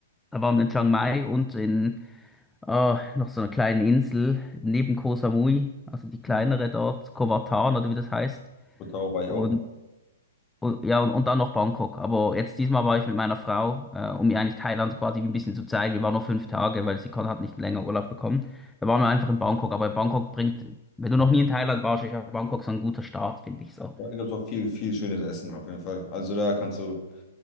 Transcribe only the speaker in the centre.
Da waren wir in Chiang Mai und in äh, noch so einer kleinen Insel neben Koh Samui, also die kleinere
dort, Koh Latan oder wie das heißt.
Und,
und ja, und, und dann noch Bangkok. Aber jetzt diesmal war ich mit meiner Frau, äh, um ihr eigentlich Thailand quasi ein bisschen zu zeigen. Wir waren nur fünf Tage, weil sie kon- hat nicht länger Urlaub bekommen. Da waren wir einfach in Bangkok. Aber Bangkok bringt, wenn du noch nie in Thailand warst, ist ja Bangkok so ein guter Start, finde ich so.